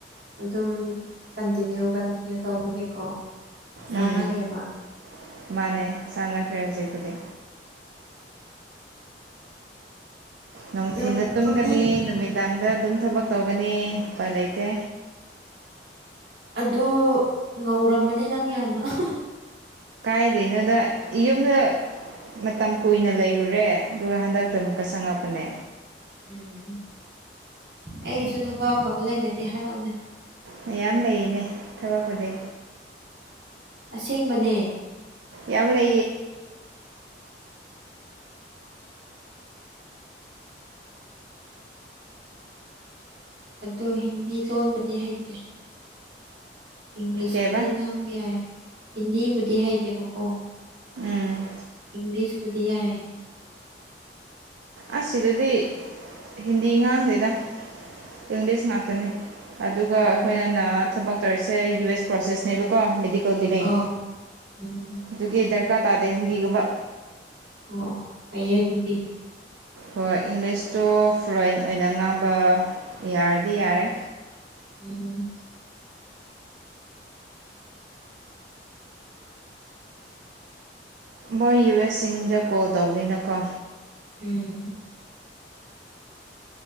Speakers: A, on the right; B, on the right.
A: ꯑꯗꯨꯝ ꯀꯟꯇꯤꯅ꯭ꯌꯨ ꯀꯟꯇꯤꯅ꯭ꯌꯨ ꯇꯧꯕꯒꯤꯀꯣ ꯆꯥꯟꯅꯈ꯭ꯔꯦꯕ
B: ꯎꯝ ꯃꯥꯟꯅꯦ ꯆꯥꯟꯅꯈ꯭ꯔꯦ ꯍꯧꯖꯤꯛꯄꯨꯗꯤ ꯅꯨꯡꯊꯤꯟꯗ
A: ꯌꯥꯝ
B: ꯇꯨꯝꯒꯅꯤ
A: ꯇꯨꯝꯅꯤꯡ
B: ꯅꯨꯃꯤꯗꯥꯡꯗ ꯑꯗꯨꯝ ꯊꯕꯛ ꯇꯧꯒꯅꯤ ꯎꯄꯥꯏ ꯂꯩꯇꯦ
A: ꯑꯗꯨ ꯉꯧꯔꯝꯃꯅꯤ ꯅꯪ ꯌꯥꯝꯅ <unintelligible>
B: ꯀꯥꯏꯗꯅꯣꯗ ꯌꯨꯝꯗ ꯃꯇꯝ ꯀꯨꯏꯅ ꯂꯩꯔꯨꯔꯦ ꯑꯗꯨꯒ ꯍꯟꯗꯛꯇ ꯑꯃꯨꯛꯀ ꯆꯪꯉꯛꯄꯅꯦ
A: ꯎꯝ ꯑꯩꯒꯤꯁꯨ ꯊꯕꯛ ꯑꯐꯕ ꯂꯩꯔꯗꯤ ꯍꯥꯏꯔꯛꯎꯅꯦ
B: ꯃꯌꯥꯝ ꯂꯩꯔꯤꯅꯦ ꯊꯕꯛꯄꯨꯗꯤ
A: ꯑꯁꯦꯡꯕꯅꯦ
B: ꯌꯥꯝꯅꯦ
A: ꯑꯗꯣ ꯍꯤꯟꯗꯤ ꯂꯣꯟꯕꯗꯤ ꯍꯩꯇꯦ ꯏꯪꯂꯤꯁꯄꯨꯗꯤ
B: ꯀꯩꯕ
A: ꯉꯥꯡꯕ ꯌꯥꯏ ꯍꯤꯟꯗꯤꯕꯨꯗꯤ ꯍꯩꯇꯦꯕꯀꯣ
B: ꯎꯝ
A: ꯏꯪꯂꯤꯁꯕꯨꯗꯤ ꯌꯥꯢ
B: ꯑꯁ ꯁꯤꯗꯗꯤ ꯍꯤꯟꯗꯤ ꯉꯥꯡꯗꯦꯗ ꯏꯪꯂꯤꯁ ꯉꯥꯛꯇꯅꯤ ꯑꯗꯨꯒ
A: ꯎꯝ
B: ꯑꯩꯈꯣꯏꯅꯅ ꯊꯕꯛ ꯇꯧꯔꯤꯁꯦ ꯌꯨ ꯑꯦꯁ ꯄ꯭ꯔꯣꯁꯦꯁꯅꯦꯕꯀꯣ ꯃꯦꯗꯤꯀꯦꯜ ꯕꯤꯂꯤꯡ
A: ꯑꯥꯎ ꯎꯝ
B: ꯑꯗꯨꯒꯤ ꯗꯔꯀꯥꯔ ꯇꯥꯗꯦ ꯍꯤꯟꯗꯤꯒꯨꯝꯕ
A: ꯑꯣ ꯐꯩꯌꯦ ꯑꯗꯨꯗꯤ
B: ꯍꯣꯏ ꯏꯪꯂꯤꯁꯇꯨ ꯐ꯭ꯂꯨꯑꯦꯟꯠ ꯑꯣꯏꯅ ꯉꯥꯡꯕ ꯌꯥꯔꯗꯤ ꯌꯥꯔꯦ
A: ꯎꯝ
B: ꯃꯣꯏ ꯌꯨ ꯑꯦꯁꯁꯤꯡꯗ ꯀꯣꯜ ꯇꯧꯕꯅꯤꯅꯀꯣ
A: ꯎꯝ